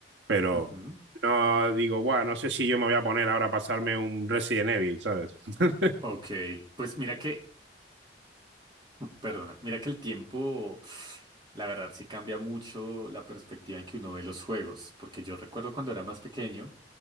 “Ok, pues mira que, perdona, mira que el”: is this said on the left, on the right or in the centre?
Right